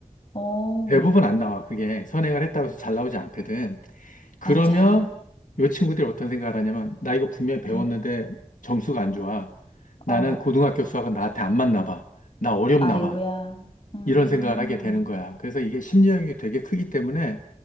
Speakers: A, on the left; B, on the left.
A: 어,
B: 대부분 안 나와. 그게 선행을 했다고 해서 잘 나오지 않거든. 그러면
A: 맞아.
B: 요 친구들이 어떤 생각을 하냐면 나 이거 분명히 배웠는데
A: 응,
B: 점수가 안 좋아. 나는
A: 어,
B: 고등학교 수학은 나한테 안 맞나 봐. 나 어렵나
A: 아이고야.
B: 봐.
A: 음,
B: 이런 생각을 하게 되는 거야. 그래서 이게 심리적인 게 되게 크기 때문에